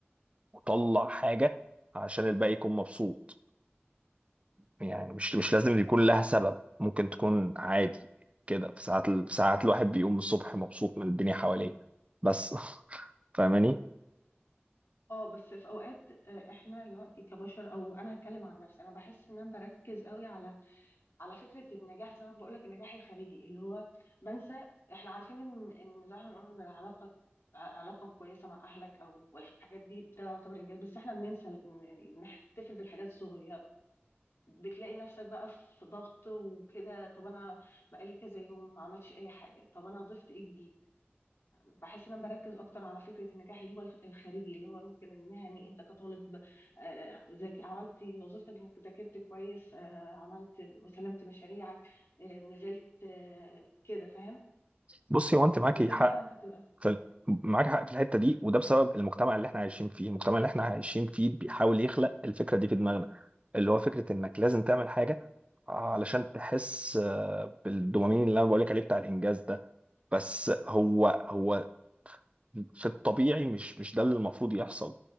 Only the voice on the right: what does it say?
وطلع حاجه عشان الباقي يكون مبسوط يعني مش مش لازم يكون لها سبب ممكن تكون عادي كده في ساعات في ساعات الواحد بيقوم الصبح مبسوط من الدنيا حواليه بس <laughs> فاهماني
بصي هو انت
معاكي حق
في معاك حق في الحته دي وده بسبب المجتمع اللي احنا عايشين فيه المجتمع اللي احنا عايشين فيه بيحاول يخلق الفكره دي في دماغنا اللي هو فكره انك لازم تعمل حاجه علشان تحس بالدوبامين اللي انا بقولك عليه بتاع الانجاز ده بس هو هو في الطبيعي مش مش ده اللي المفروض يحصل